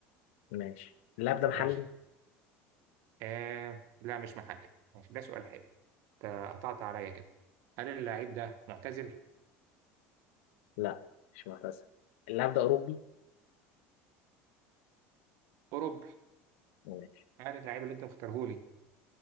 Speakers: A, on the left; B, on the right.
A: ماشي اللاعب ده محلي
B: ماشي آه لا مش محلي ماشي ده سؤال حلو انت قطعت عليا كده هل اللعيب ده معتزل
A: لا مش معتزل اللاعب ده اوروبي
B: اوروبي
A: ماشي
B: هل اللعيب اللي انت مختاره لي